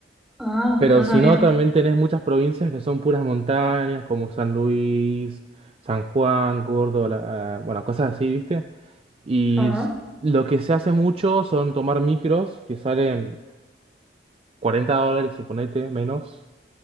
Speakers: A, in the centre; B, on the right.
A: Ah,
B: Pero
A: no
B: si
A: sabía.
B: no, también tenés muchas provincias que son puras montañas, como San Luis, San Juan, Córdoba, la- ah, bueno, cosas así, ¿viste? Y
A: ah
B: s- lo que se hace mucho son tomar micros que salen 40 dólares, suponete, menos,